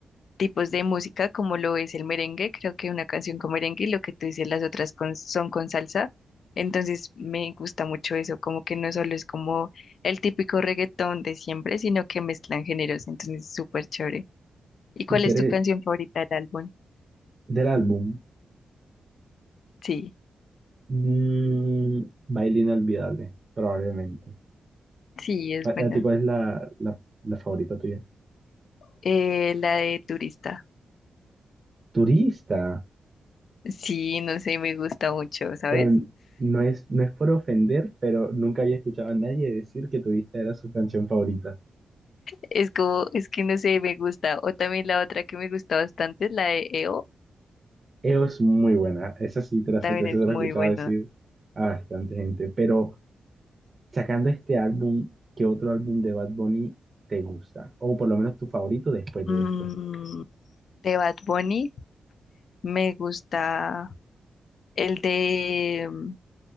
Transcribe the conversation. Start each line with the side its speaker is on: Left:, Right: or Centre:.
Left: tipos de música como lo es el merengue. Creo que una canción con merengue y lo que tú dices, las otras con- son con salsa. Entonces me gusta mucho eso, como que no solo es como el típico reggaetón de siempre, sino que mezclan géneros. Entonces es súper chévere. ¿Y cuál
Right: Y tú
Left: es
Right: eres
Left: tu canción favorita del álbum?
Right: del álbum.
Left: Sí,
Right: mm, Baile Inolvidable, probablemente.
Left: sí, es
Right: ¿A,
Left: buena.
Right: a ti cuál es la, la, la favorita tuya?
Left: Eh, la de Turista.
Right: Turista.
Left: Sí, no sé, me gusta mucho, ¿sabes?
Right: Bueno, no es, no es por ofender, pero nunca había escuchado a nadie decir que Turista era su canción favorita.
Left: Es como, es que no sé, me gusta. O también la otra que me gusta bastante, la de E o
Right: Es muy buena. Esa sí te la
Left: también
Right: acepto, esa
Left: es
Right: se la
Left: muy
Right: he escuchado
Left: buena.
Right: decir a bastante gente. Pero Sacando este álbum, ¿qué otro álbum de Bad Bunny te gusta? O por lo menos tu favorito después de
Left: Mm,
Right: este.
Left: de Bad Bunny, me gusta el de, mm,